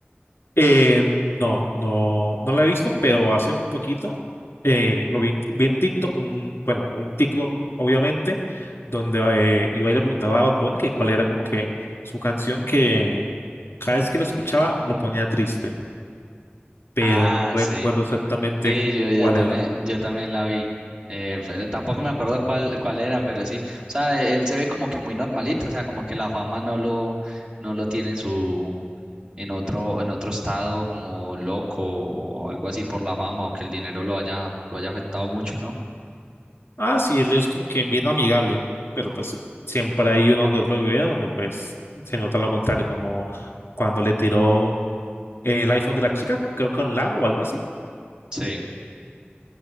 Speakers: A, on the left; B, on the right.
A: Eh, no, no, no la he visto, pero hace un poquito eh, lo vi, en vi en TikTok, un, bueno, un TikTok obviamente, donde eh, iba y le preguntaba a Bad Bunny que cuál era como que su canción que cada vez que lo escuchaba lo ponía triste, pero
B: Ah,
A: no recuerdo
B: sí.
A: exactamente
B: Sí, yo, yo
A: cuál
B: también,
A: era.
B: yo también la vi. Eh, pero tampoco me acuerdo cuál, cuál era, pero sí. O sea, él se ve como que muy normalito, o sea, como que la fama no lo, no lo tiene en su, en otro, en otro estado como loco o algo así por la fama o que el dinero lo haya, lo haya afectado mucho, ¿no?
A: Ah, sí, él es como que bien amigable, pero pues siempre hay uno que otro video donde pues se nota lo contrario, como cuando le tiró el iPhone de la chica, creo que a un lago o algo así.
B: Sí.